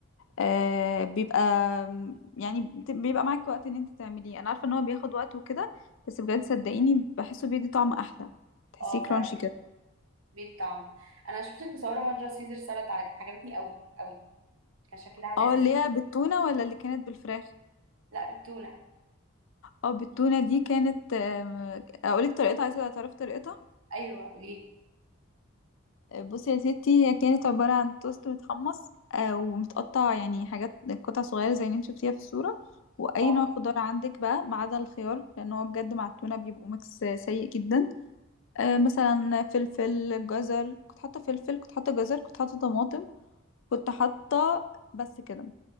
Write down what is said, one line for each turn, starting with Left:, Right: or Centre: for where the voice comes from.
Left: آه بيبقى يعني بت- بيبقى معاكي وقت ان انت تعمليه انا عارفة ان هو بياخد وقت وكده بس بجد صدقيني بحسه بيدي طعم احلى تحسيه
Right: اه
Left: كرانشي
Right: فعلا
Left: كده
Right: بيه الطعم أنا شفتك مصورة مرة سيزر سلطة عجبتني قوي قوي كان شكلها لذيذ
Left: اه اللي هي بالتونة ولا اللي كانت بالفراخ
Right: لا بالتونة
Left: اه بالتونة دي كانت آه، اقولك طريقتها عايزة تعرفي طريقتها
Right: ايوه قولي لي
Left: بصي يا ستي هي كانت عبارة عن توست متحمص آه، ومتقطع يعني حاجات قطع صغيرة زي اللي انت شفتيها في الصورة وأي
Right: اه
Left: نوع خضار عندك بقى ما عدا الخيار لأن هو بجد مع التونة بيبقوا ميكس سيء جدا آه، مثلا فلفل جزر كنت حاطة فلفل كنت حاطة جزر كنت حاطة طماطم كنت حاطة بس كده